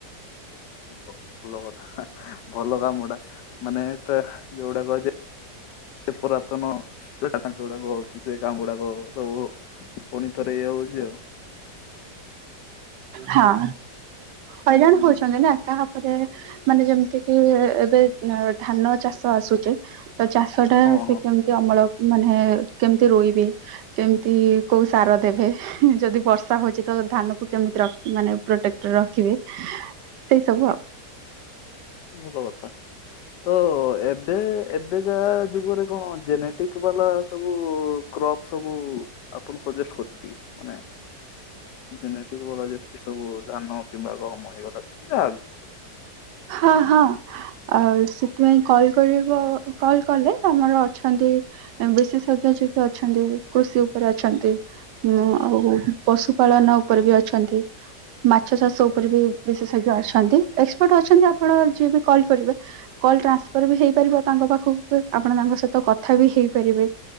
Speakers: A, on the left; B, on the right.
A: ଓ ହଉ ଭଲ କଥା ଭଲ କାମଟା ମାନେ ପ୍ରା ଯୋଉଡ଼ାକ ଯେ ଏ ପୁରାତନ ଟେ ଟାସଣ୍ଟଉଡ଼ାକ ସେ କାମ ଉଡ଼ାକ ସବୁ ପୁଣି ଥରେ ଇଏ ହଉଚି ଆଉ।
B: ହଁ ହଇରାଣ ହୋଉଛନ୍ତି ନା କାହାପରେ ମାନେ ଯେମତି କି ଏବେ ଧାନ ଚାଷ ଆସୁଚି। ତ ଚାଷଟା
A: ହଁ
B: ସେ
A: ହଁ
B: କେମତି ଅମଳ ମାନେ କେମ୍ ତି ରୋଇବେ କେମତି କୋଉ ସାର ଦେବେ ଯଦି ବର୍ଷା ହଉଚି ତ ଧାନକୁ କେମିତି ର ମାନେ ପ୍ରୋଟେକ୍ଟ୍ ରଖିବେ ସେଇ ସବୁ ଆଉ।
A: ଭଲ କଥା। ତ ଏବେ ଏବେକା ଯୁଗରେ କଣ ଜେନେଟିକ୍ ବାଲା ସବୁ କ୍ରପ ସବୁ ଆପଣ ସଜେଷ୍ଟ୍ କତି ମାନେ ଜେନେଟିକ ବାଲା ଯେତକି ସବୁ ଧାନ କିମ୍ବା ଗହମ ହେଇଗଲା କି ଯାହା ବି।
B: ହଁ ହଁ। ଆଉ ସେଥିପାଇଁ କଲ୍ କରିବ କଲ୍ କଲେ ଆମର ଅଛନ୍ତି ଏଁ ବିଶେଷଜ୍ଞ ଯେ କି ଅଛନ୍ତି କୃଷି ଉପରେ ଅଛନ୍ତି। ଉଁ ଅ ଆଉ ପଶୁ ପାାଳନ ଉପରେ ବି ଅଛନ୍ତି। ମାଛ ଚାଷ ଉପରେ ବି ବିଶେଷଜ୍ଞ ଅଛନ୍ତି ଏକ୍ସପର୍ଟ ଅଛନ୍ତି ଆପଣ ଯିଏ ବି କଲ୍ କରିବେ କଲ୍ ଟ୍ରାନ୍ସଫର୍ ବି ହେଇପାରିବ ତାଙ୍କ ପାଖକୁ ବି ଆପଣ ତାଙ୍କ ସହିତ କଥା ବି ହେଇପାରିବେ।